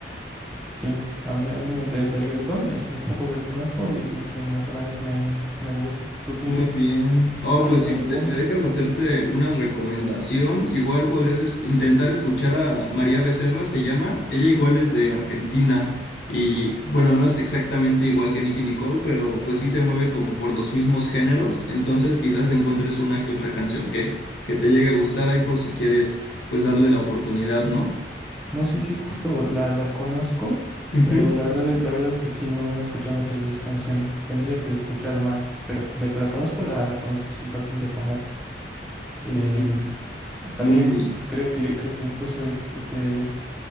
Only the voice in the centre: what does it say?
Sí, a mí, a mí me- de, de reggaetón es lo poco que conozco y es lo que más o menos me, me gusta. ¿Tú tienes
al-
algún?
No sé si justo la, la conozco,
pero la verdad, la verdad es que sí, no, no he escuchado muchas de sus canciones. Tendría que escuchar más, pero de que la conozco, la, la conozco, sí es bastante famosa. Em,
también
creo que, creo que incluso es ese.